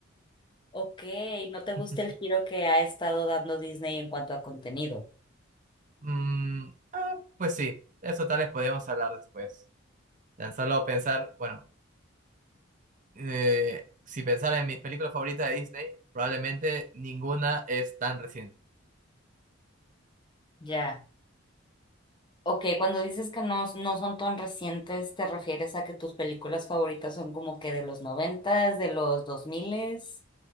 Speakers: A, on the left; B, on the right.
A: Ok, no te gusta
B: <laughs>
A: el giro que ha estado dando Disney en cuanto a contenido.
B: Mm, ah, pues sí, eso tal vez podemos hablar después. Tan solo pensar, bueno, eh, si pensara en mis películas favoritas de Disney, probablemente ninguna es tan reciente.
A: Ya. Ok, cuando dices que no, no son tan recientes, ¿te refieres a que tus películas favoritas son como que de los noventas, de los dos miles?